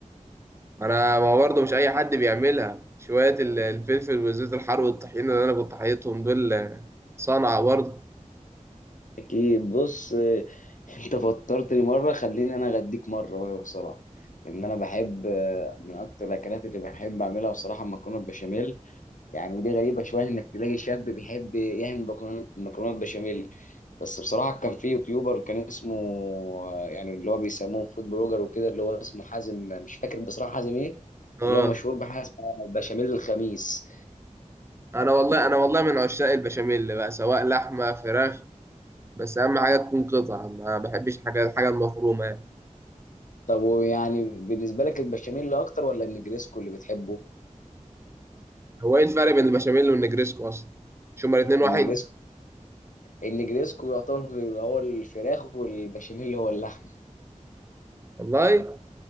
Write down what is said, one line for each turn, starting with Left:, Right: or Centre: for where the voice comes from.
Right: انا ما هو برضه مش اي حد بيعملها شوية ال- الفلفل والزيت الحار والطحينة اللي انا كنت حاططهم دول آه، صنعة برضه
Left: أكيد بص آه، أنت فطرتني مرة خليني أنا أغديك مرة بقى بصراحة إن أنا بحب آه، من أكتر الأكلات اللي بحب أعملها بصراحة المكرونة البشاميل يعني ودي غريبة شوية إنك تلاقي شاب بيحب يعمل مكرونة- مكرونات بشاميل بس بصراحة كان في يوتيوبر كان اسمه يعني اللي هو بيسموه فود بلوجر وكده اللي هو اسمه حازم مش فاكر بصراحة حازم إيه
Right: اه
Left: اللي هو مشهور بحاجة اسمها بشاميل الخميس
Right: انا والله انا والله من عشاق البشاميل بقى سواء لحمة فراخ بس اهم حاجة تكون قطع ما بحبش حاجة الحاجة المفرومة يعني.
Left: طب ويعني بالنسبة لك البشاميل أكتر ولا النجريسكو اللي بتحبه؟
Right: هو ايه الفرق بين البشاميل والنجريسكو اصلا مش هما الاتنين واحد
Left: النجريسكو النجريسكو يعتبر هو الفراخ والبشاميل هو اللحمة
Right: والله